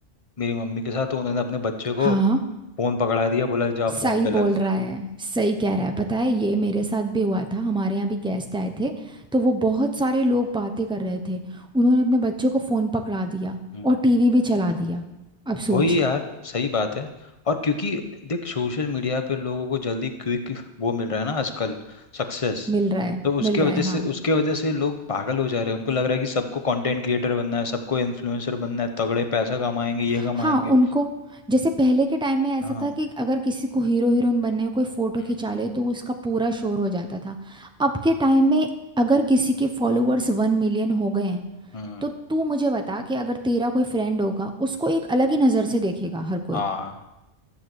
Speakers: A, on the left; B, in the centre.
A: मेरी मम्मी के साथ तो उन्होंने अपने बच्चे को
B: हाँ
A: फोन पकड़ा दिया बोला जा
B: सही
A: फोन पे लग
B: बोल रहा
A: जा
B: है सही कह रहा है पता है ये मेरे साथ भी हुआ था हमारे यहाँ भी गेस्ट आए थे तो वो बहुत सारे लोग बातें कर रहे थे उन्होंने अपने बच्चों को फ़ोन पकड़ा दिया
A: हम्म।
B: और टीवी भी चला दिया अब सोच
A: वही यार सही बात है और क्योंकि देख सोशल मीडिया पे लोगों को जल्दी क्विक वो मिल रहा है ना आजकल सक्सेस
B: मिल रहा है
A: तो उसके
B: मिल रहा
A: वजह
B: है
A: से
B: हाँ
A: उसके वजह से लोग पागल हो जा रहे हैं उनको लग रहा है कि सबको कंटेंट क्रिएटर बनना है सबको इन्फ्लुएंसर बनना है तगड़े पैसा कमाएंगे ये
B: हाँ
A: कमाएंगे
B: उनको जैसे पहले के टाइम में ऐसा
A: हाँ
B: था कि अगर किसी को हीरो हीरोइन बनने में कोई फ़ोटो खिंचा
A: हम्म
B: ले तो उसका पूरा शोर हो जाता था अब के टाइम में अगर किसी के फॉलोअर्स वन मिलियन हो गए हैं
A: हम्म,
B: तो तू मुझे बता कि अगर तेरा कोई फ्रेंड होगा उसको एक अलग ही नज़र से देखेगा हर कोई
A: हाँ